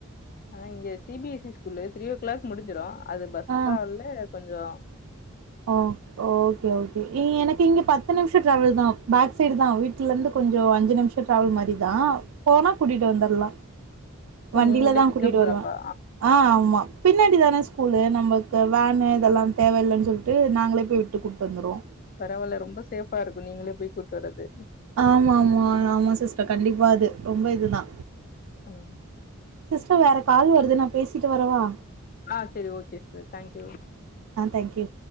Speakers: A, on the left; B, on the right.
A: அ இங்க சி பி எஸ் சி ஸ்கூல்லு த்ரீ ஓ கிளாக் முடிஞ்சிரு அது பஸ்
B: ஆ
A: டிராவல்ல கொஞ்சோ
B: ஒ ஓ ஓகே ஓகே எ எனக்கு இங்க பத்து நிம்ஷோ ட்ராவ்வல்தா பேக் சைட் தா வீட்ல இருந்து கொஞ்சோ அஞ்சு நிம்ஷ டிராவல் மாரி தா போனா கூட்டிட்டு வந்தர்லா
A: ஓ!
B: வண்டியில
A: நீங்களே
B: தா
A: பிக்கப்
B: கூட்டிட்டு வருவ
A: ட்ராப்பா?
B: ஆ ஆமா பின்னாடி தான ஸ்கூலு நம்மளுக்கு வேனு இதெல்லா தேவையில்லன் சொல்ட்டு நாங்களே போய் விட்டு கூட்டு வந்துருவோ
A: பரவால்ல ரொம்ப சேஃபா இருக்கு நீங்களே போய் கூட்டு வர்றது
B: ஆமா ஆமா ஆமா சிஸ்டர் கண்டிப்பா அது ரொம்ப இதுதா
A: அலோ
B: சிஸ்டர் வேற கால் வருது நா பேசிட்டு வரவா
A: ஆ செரி ஓகே சிஸ்டர் தேங்க்யூ
B: ஆ தேங்க் யூ